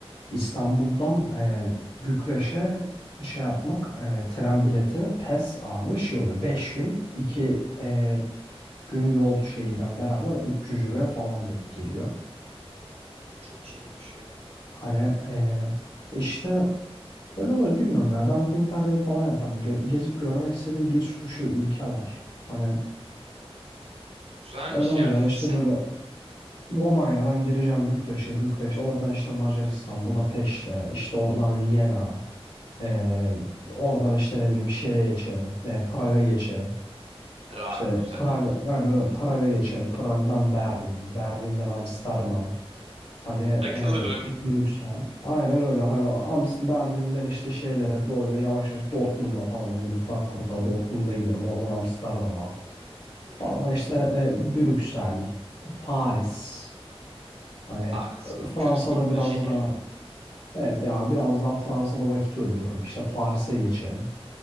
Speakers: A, on the left; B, on the right.
A: İstanbul'dan e, Bükreş'e şey yapmak e, tren bileti PES abi şey oluyor. beş gün 2 e, gün yol şeyiyle beraber 300 euroya falan denk geliyor.
B: Çok iyiymiş ya.
A: Hani eee, e, işte öyle olur bilmiyorum ya. Belki interrail falan yaparım. Ge- gezip görmek istediğim bir sürü şey ülke var. Hani
B: Güzelmiş
A: öyle olunca
B: ya.
A: hani işte
B: <laughs>
A: böyle Romanya'dan gireceğim Bükreş'e, Bükreş, oradan işte Macaristan, Budapeşte, işte oradan Viyana, eee, oradan işte ne bileyim şeye geçerim, e, Prag'a geçerim.
B: Prag
A: İşte
B: güzel
A: Prag,
B: ülke.
A: yani Prag'a geçerim. Prag'dan Berlin, Berlin'den Amsterdam. Hani
B: Takılırım.
A: e, Brüksel. Aynen öyle. Hani Amst Berlin'den işte şeylere doğru böyle yavaş yavaş Dortmund'a falan ne bileyim Frankfurt'a, Dortmund'a giderim. Oradan Amsterdam'a.
B: Yapar.
A: Oradan işte e, Brüksel, Paris. Hani e,
B: Paris k-
A: Fransa'da
B: kötü kokulu
A: biraz
B: şehir.
A: daha evet ya biraz daha Fransa'da vakit öldürürüm. İşte Paris'e geçerim.